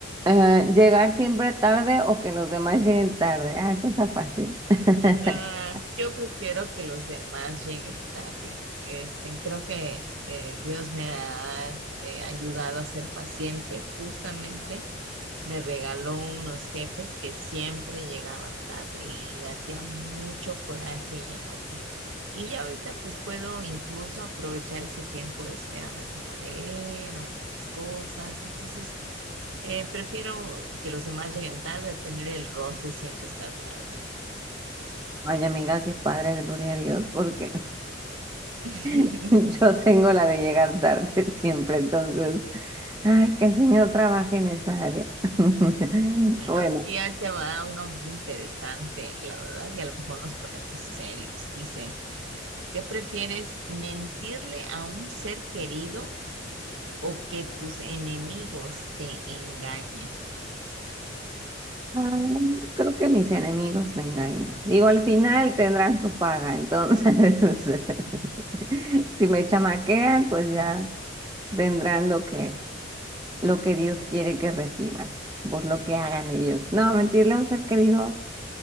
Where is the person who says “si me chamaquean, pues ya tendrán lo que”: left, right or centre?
Right